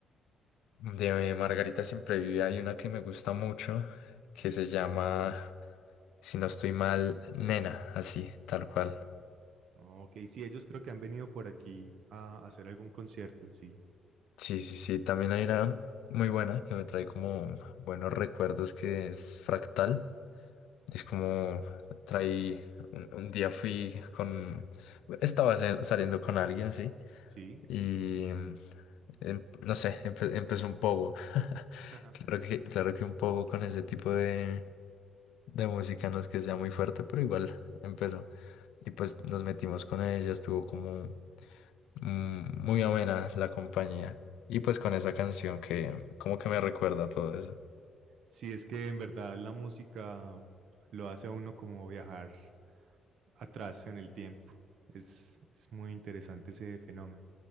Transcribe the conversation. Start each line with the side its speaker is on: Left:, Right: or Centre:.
Left: de Margarita siempre vive. Hay una que me gusta mucho que se llama, si no estoy mal, Nena, así, tal cual.
Right: Ok, sí, ellos creo que han venido por aquí a hacer algún concierto, sí,
Left: Sí, sí, sí. También hay una muy buena que me trae como buenos recuerdos que es Fractal. Es como traí, un, un día fui con, estaba sal- saliendo con alguien, sí,
Right: sí.
Left: y em, no sé, empe- empezó un poco. <laughs>
Right: <laughs>
Left: Claro que, claro que un poco con ese tipo de de música, no es que sea muy fuerte, pero igual empezó. Y pues nos metimos con ella, estuvo como mm, muy amena la compañía. Y pues con esa canción que como que me recuerda todo eso.
Right: Sí, es que en verdad la música lo hace a uno como viajar atrás en el tiempo. Es, es muy interesante ese fenómeno.